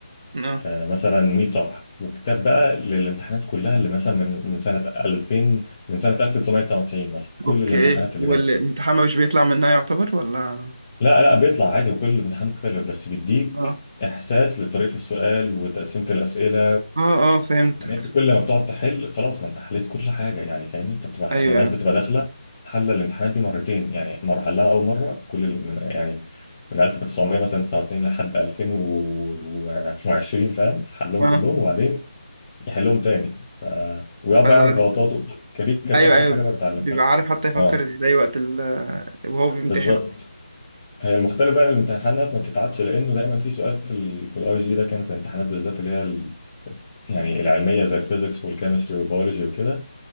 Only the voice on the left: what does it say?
آه، مثلا 100 صفحه وكتاب بقى للامتحانات كلها اللي مثلا من من سنه 2000 من سنه 1999 مثلا كل
الامتحانات اللي
جت
لا لا بيطلع عادي وكل الامتحان مختلف بس بيديك
احساس لطريقه السؤال وتقسيمه الاسئله
يعني انت كل ما بتقعد تحل خلاص ما انت حليت كل حاجه يعني فاهمني انت بتبقى
يعني الناس
بتبقى داخله حل الامتحانات دي مرتين يعني مره حلها اول مره كل ال- من يعني من 1900 مثلا 99 لحد 2020 فاهم حلهم
كلهم وبعدين يحلهم تاني ف... ويقعد
بقى يعرف غلطاته دي كانت
اكتر
حاجه بقى بتعلمها
اه
بالظبط هي المختلف بقى إن الامتحانات ما بتتعادش لانه دايما في سؤال في ال في الاي جي ده كان في الامتحانات بالذات اللي هي ال- يعني العلميه زي الفيزيكس والكيمستري والبيولوجي وكده